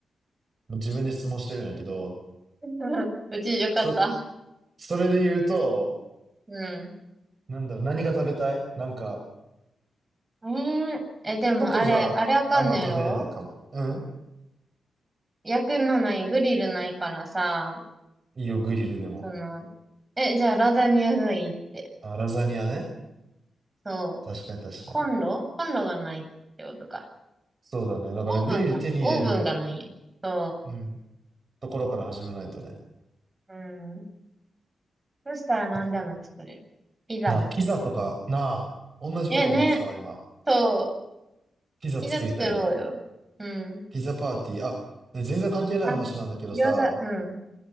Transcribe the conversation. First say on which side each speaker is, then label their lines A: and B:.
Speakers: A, on the right; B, on the right.
A: もう自分で質問してるんだけど、
B: <laughs> うちよかった。
A: そ、それで言うと、
B: うん。
A: なんだろう、何が食べたいなんか、
B: えー、え、でもあれ、
A: 外じゃあんま食べれないかも。
B: あれあかんのやろ
A: うん
B: 焼くのない、グリルないからさ、
A: いいよ、グリルでも。
B: その、え、じゃあラザニアがいい
A: あ、ラザニアね。
B: そう、
A: 確かに確かに。
B: コンロコンロがないってことか。
A: そうだね。だからグリル手に入れる、
B: オーブンか。オーブンがないよ。そ
A: うん、ところから始めないとね。
B: う。うん。そしたら何でも作れる。
A: あ、
B: ピザも作
A: な、ピザとか、なあ、同じこと思ってたわ、
B: れる。ねね。
A: 今。
B: そう。
A: ピザ作りたいね。
B: ピザ作ろうよ。うん。
A: ピザパーティー。あ、ね、全然関係ない話なんだけどさ、
B: あ、餃子、うん。